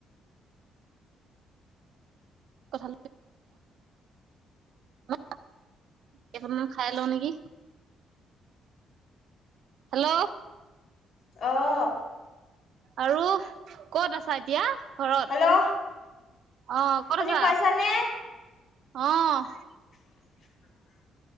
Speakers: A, on the right; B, on the left.
A: কথা <inaudible> কেইটামান খাই লওঁ নেকি? হেল্ল'?
B: অ'
A: আৰু ক'ত আছা এতিয়া? ঘৰত,
B: হেল্ল'
A: অহ ক'ত
B: শুনি
A: আছা?
B: পাইছানে
A: অহ
B: উম। <inaudible>